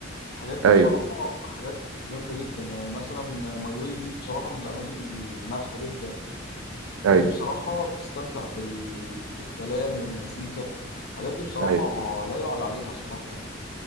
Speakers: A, on the left; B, on the right.
A: الحاجات دي
B: ايوه
A: بصراحة حاجات جامدة جدا يعني مثلا ماي واي دي بصراحة من الأغاني الناجحة جدا
B: ايوه
A: أغاني بصراحة بتستمتع بال... بالكلام والمزيكا الحاجات دي بصراحة
B: ايوه
A: لا يعلى عليها صراحة يعني.